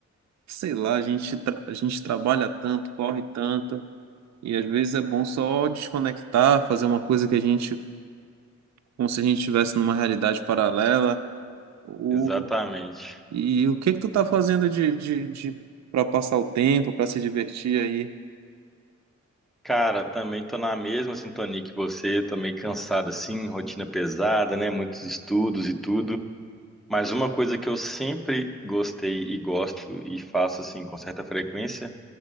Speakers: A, on the right (about 65°); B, in the centre.
A: sei lá, a gente, tra- a gente trabalha tanto, corre tanto. E às vezes é bom só desconectar, fazer uma coisa que a gente como se a gente estivesse numa realidade paralela. O,
B: exatamente.
A: e o que que tu tá fazendo de, de, de para passar o tempo, para se divertir aí?
B: Cara, também tô na mesma sintonia que você, tô meio cansado assim, rotina pesada, né? Muitos estudos e tudo. Mas uma coisa que eu sempre gostei e gosto e faço assim com certa frequência